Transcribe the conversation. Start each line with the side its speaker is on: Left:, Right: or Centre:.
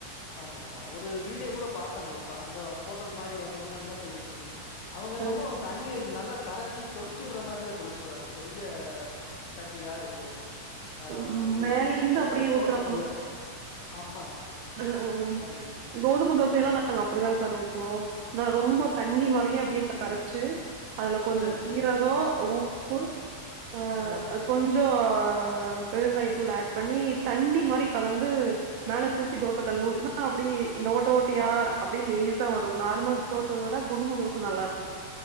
Left: ஆமா ஆமா ஒரு வீடியோ கூட பாத்தாங்க இப்ப அந்த ஃபோட்டல் மாரி வரணும்னா எந்த செய்தது சொல்லி அவுங்க என்னமோ
Right: அ
Left: தண்ணி நல்லா கரச்சு தொடுச்சு வுடுற மாரில தொளிச்சு உட்றாங்க பெரிய தட்டியாருக்கு ஆ
Right: ம்
Left: இது
Right: மேல இருந்து
Left: தோச
Right: அப்டியே ஊத்துற
Left: தோசக்கல்லு ஆமா
Right: ஆ ஆ ம்
Left: இருக்கு
Right: கோதும தோசையெல்லா நாங்க அப்டிதான்ங் சார் ஊத்துவோ நா ரொம்ப தண்ணி மாரியே அப்டியே கரச்சு அதுல கொஞ்சோ
Left: சரி
Right: சீரகோ,
Left: சரி
Right: உப்பு, ஆ
Left: ஆஹ் ஆஹ்.
Right: கொஞ் சோ பெருங்காயத்தூள் ஆட் பண்ணி தண்ணி மாரி கலந்து மேல தூக் கி தோச கல்ல ஊத்துனா அப்டியே இந்த ஓட்ட ஓட்டயா அப்டி லேஸா வரு நார்மல் தோச விட கோதும தோச நல்லா இருக்கு